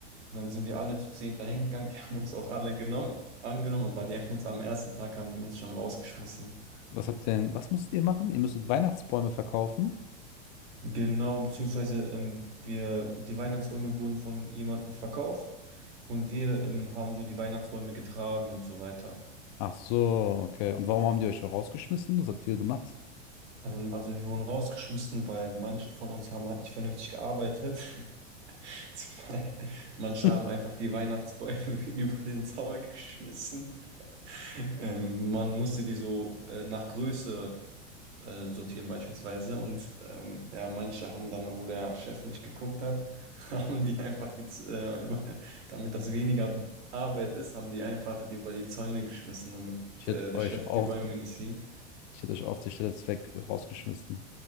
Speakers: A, on the right; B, on the left.
A: Und dann sind wir alle zu zehn dahin gegangen. <laughs> Die haben uns auch alle genommen, angenommen, aber die haben uns am ersten Tag haben die uns schon rausgeschmissen.
B: Was habt ihr denn, was musstet ihr machen? Ihr müsstet Weihnachtsbäume verkaufen.
A: Genau, beziehungsweise ähm, wir, die Weihnachtsbäume wurden von jemandem verkauft und wir ähm, haben so die Weihnachtsbäume getragen und so weiter.
B: Ach so, okay. Und warum haben die euch rausgeschmissen? Was habt ihr gemacht?
A: Ähm, also wir wurden rausgeschmissen, weil manche von uns haben halt nicht vernünftig gearbeitet. <laughs> Zwei. Manche
B: <laughs>
A: haben einfach die Weihnachtsbäume <laughs> über den Zaun geschmissen. Ähm, man musste die so äh, nach Größe äh, sortieren beispielsweise. Und ähm, ja, manche haben dann, wo der Chef nicht geguckt hat, <laughs> haben die einfach die, Z- äh, über, damit das weniger Arbeit ist, haben die einfach die über die Zäune geschmissen, damit
B: Ich hätte
A: äh, der
B: euch
A: Chef die
B: auf
A: Bäume
B: die,
A: nicht sieht.
B: ich hätte euch auf der Stelle weg rausgeschmissen.